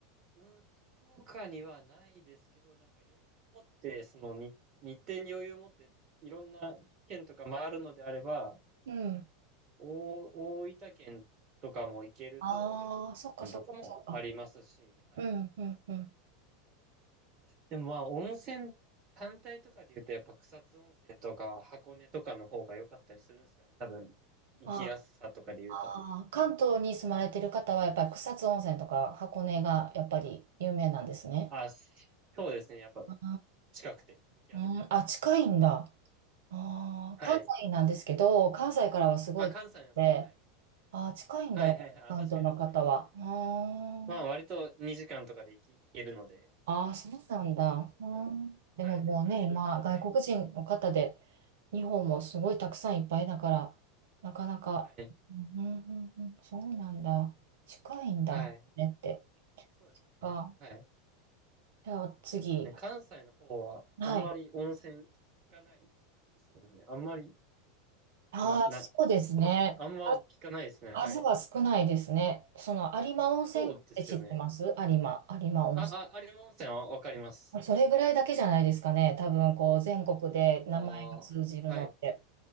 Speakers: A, on the right; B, on the right.
A: うん、福岡にはないですけど、なんか余裕を持って、その日日程に余裕を持って、いろんな県とか回るのであれば、
B: うん。
A: 大大分県とかも行けると、
B: ああ、
A: 別府温泉とかもありますし、
B: そっかそっかそっか。
A: はい。
B: うん、うん、うん。
A: でもまあ、温泉単体とかで言うと、やっぱ草津温泉とか箱根とかの方が良かったりするんですかね、多分、行きやすさとかで言うと。
B: ああ、関東に住まれてる方はやっぱり草津温泉とか箱根がやっぱり有名なんですね。
A: あ、そうですね、やっぱ
B: あ
A: 近くて行きやすいですね。
B: あ、うん、あ、近いんだ。ああ、
A: はい。
B: 関西なんですけど、関西からはすごい遠くて、
A: あ、関西なんですね。はい。
B: ああ、近いんだよ、
A: はいはいはい。あ、
B: 関東の方は。
A: 確かに遠いですね。
B: あー
A: まあ割と2時間とかで行き、行けるので。
B: あー、そうなんだ。
A: そうですね
B: うんでももうね、
A: はい。まあ軽い旅行程度で。
B: 今、外国人の方で、日本もすごいたくさんいっぱいだから、なかなか、
A: はい。
B: うんうんうんうん、そうなんだ。近いんだ、
A: はい。
B: ねって。
A: そうですね。
B: あ、
A: はい。
B: じゃあ次。
A: ね関西の方はあんまり温泉聞かない
B: はい。
A: ですもんね。あんまり、
B: ああ、
A: な、な、
B: そうですね。
A: おあんま聞かないですね。
B: 数は少ないですね。
A: はい。
B: その有馬温泉って知ってます有馬、
A: そうですよね。
B: 有馬温泉。
A: あ、あ、有馬温泉はわかります。
B: それぐらいだけじゃないですかね。多分こう全国で名前が通じるのって。
A: ああ、はい。